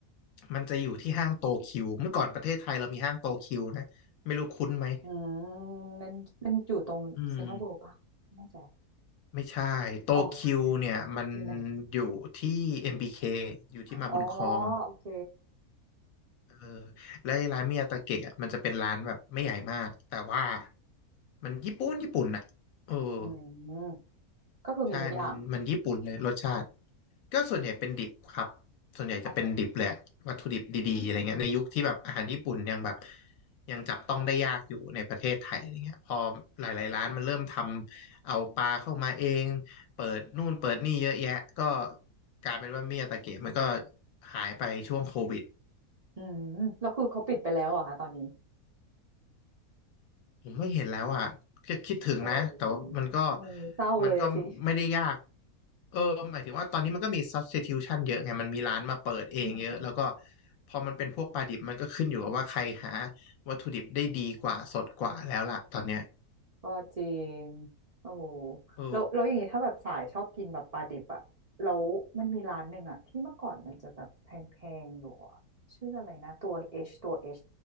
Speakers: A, on the left (about 70°); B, on the right (about 85°).
A: มันจะอยู่ที่ห้างโตคิวเมื่อก่อนประเทศไทยเรามีห้างโตคิวนะไม่รู้คุ้นไหม
B: อืมมันมันอยู่ตรงเซ็นทรัลเวิลด์ปะไม่แน่ใจ
A: อืม ไม่ใช่โตคิวเนี่ยมัน
B: โอ้อยู่ไหน
A: อยู่ที่ MBK อมบีเคอยู่ที่มาบุญครอง
B: อ๋อ โอเค
A: เออและไอ้ร้านมิยาตาเกะอะมันจะเป็นร้านแบบไม่ใหญ่มากแต่ว่ามันญี่ปุ่นญี่ปุ่นอ่ะเออ
B: อืมก็คือมีทุกอย่าง
A: ใช่มันมันญี่ปุ่นเลยรสชาติ ก็ส่วนใหญ่เป็นดิบครับ ส่วนใหญ่จะเป็นดิบแหละวัตถุดิบดีๆอะไรเงี้ยในยุคที่แบบอาหารญี่ปุ่นยังแบบ
B: อ๋อ
A: ยังจับต้องได้ยากอยู่ในประเทศไทยอะไรเงี้ยพอหลายๆร้านมันเริ่มทำเอาปลาเข้ามาเองเปิดนู่นเปิดนี่เยอะแยะก็กลายเป็นว่าเมียตะเกียบมันก็หายไปช่วงโควิด
B: อืมแล้วคือเขาปิดไปแล้วเหรอคะตอนนี้
A: ผมไม่เห็นแล้วอ่ะก็คิดถึงนะแต่ว่ามันก็
B: โอ้โหเออเศร้าเลยสิ
A: มันก็ไม่ได้ยากเออหมายถึงว่าตอนนี้มันก็มี substitution เยอะไงมันมีร้านมาเปิดเองเยอะแล้วก็
B: อืมอืม
A: พอมันเป็นพวกปลาดิบมันก็ขึ้นอยู่กับว่าใครหาวัตถุดิบได้ดีกว่าสดกว่าแล้วล่ะตอนเนี้ย
B: ก็จริงโอ้โห
A: เออ
B: แล้วแล้วอย่างนี้ถ้าแบบสายชอบกินแบบปลาดิบอะแล้วมันมีร้านหนึ่งอะที่เมื่อก่อนมันจะแบบแพงๆอยู่อะชื่ออะไรนะตัว H ตัว H